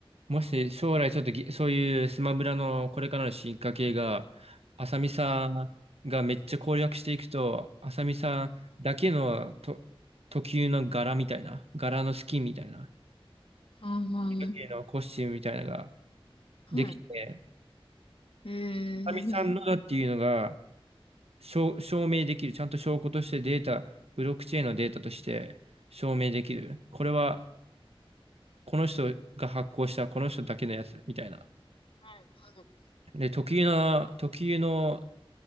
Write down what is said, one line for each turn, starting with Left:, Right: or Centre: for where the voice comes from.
Right: もし将来ちょっとぎそういうスマブラのこれからの進化系が、浅見さんがめっちゃ攻略していくと、
Left: ごい、はい、
Right: 浅見さんだけのと特有の柄みたいな、柄のスキンみたいな、
Left: あ
Right: 特有のコスチュームみたいなのが
Left: あ、
Right: できて、
Left: はい、ええ、
Right: 浅見さんのだっていうのが
Left: はい、
Right: 証、証明できる、ちゃんと証拠としてデータ、ブロックチェーンのデータとして証明できる。これはこの人が発行したこの人だけのやつみたいな。
Left: はい、
Right: で、特有な、特有の